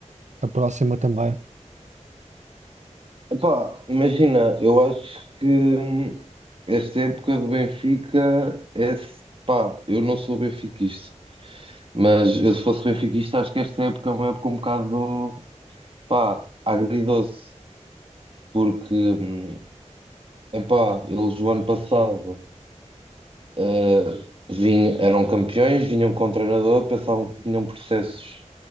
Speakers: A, on the right; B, on the right.
A: a próxima também.
B: Epá, imagina, eu acho que hum, esta época do Benfica é. Pá, eu não sou benfiquista, mas eu se fosse benfiquista, acho que esta época é uma época um bocado, pá, agridoce, porque, hum, epá, eles o ano passado eh, vinham, eram campeões, vinham com o treinador, pensavam que tinham processos.